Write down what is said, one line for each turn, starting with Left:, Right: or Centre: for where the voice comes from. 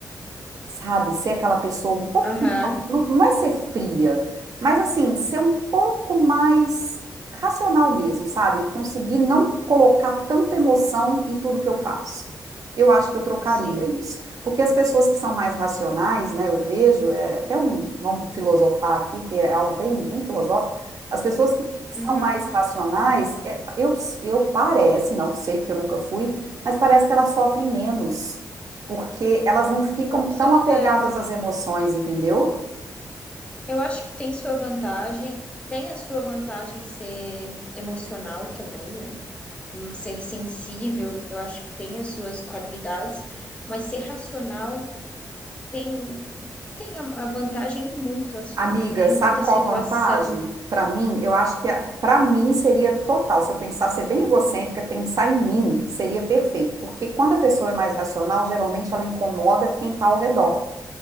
Right: sabe? Ser aquela pessoa um pouco,
Left: aham,
Right: não não é ser fria, mas assim, ser um pouco mais racional mesmo, sabe? Conseguir não colocar tanta emoção em tudo que eu faço. Eu acho que eu trocaria
Left: sim.
Right: isso. Porque as pessoas que são mais racionais, né, eu vejo, é até um, vamos filosofar aqui, que é algo bem, bem filosófico, as pessoas que são
Left: Uhum,
Right: mais racionais, é, eu, eu parece, não sei porque eu nunca fui, mas parece que elas sofrem menos porque elas não ficam
Left: com certeza.
Right: tão apegadas
Left: é.
Right: às emoções, entendeu?
Left: Eu acho que tem sua vantagem, tem a sua vantagem ser emocional também, né? Hum, Ser sensível, eu acho que tem as suas qualidades, mas ser racional tem, tem a a vantagem em muito assunto,
Right: Amiga,
Left: né? Em
Right: sabe
Left: muita
Right: qual
Left: situação.
Right: a vantagem? Para mim, eu acho que para mim seria total. Se eu pensar ser bem egocêntrica, pensar em mim seria perfeito, porque quando a pessoa é mais racional, geralmente ela incomoda quem está ao redor,